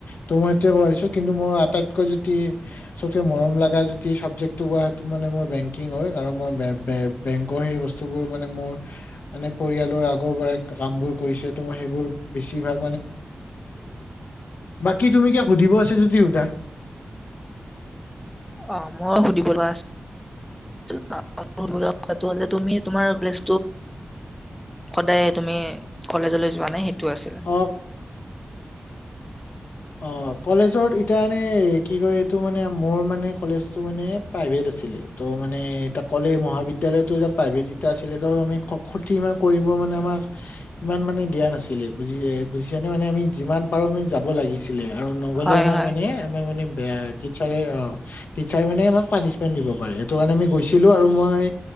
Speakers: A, on the left; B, in the centre.
A: ত মই সেইটোয়ে কছো কিন্তু মোৰ আটাইতকৈ যদি। চচৌ মৰম লগা যদি চাবজেক্ট বা তুমালোকৰ হাৰি হয় মোৰ মানে বেংকিং হয় কাৰণ মই বেংকৰ বেংকৰ সেই বস্তুৰ বোৰ পৰিয়ালৰ আকৌ লৰাই কামটো বেছিভাগ বাকী তুমি সোধিব আছে যদি শোধা।
B: অ মই সুধিব। লগু ক হল যে তুমি তোমাৰ কলেজ সদায় তুমি কলেজলৈ। যোৱা নাই সেইটো আছিলে।
A: অ অ কলেজত এতিয়া এনে কি কয় এইটো মানে মোৰ মানে কলেজটো মানে প্ৰাইভেট আছিলে ত' মানে এ কলে মহাবিদ্য়ালয়তটো এ প্ৰাইভেট যেয়া আছিলে ত আমি ক্ষতি ইমান কৰিব মানে আমাক ইমান মানে দিয়া নাছিলে বুজ বুজিছানে মানে আমি যিমান পাৰো আমি যাব লাগিছিল। ছিলে। আৰু নগলে
B: হয়,
A: আমাক
B: হয়।
A: মানে আমাক মানে। বেয়া টিচাৰে অ টিচাৰ মানে আমাক পানিচমেন্ট দিব পাৰে সেইটো কাৰণে আমি গৈছিলো আৰু মই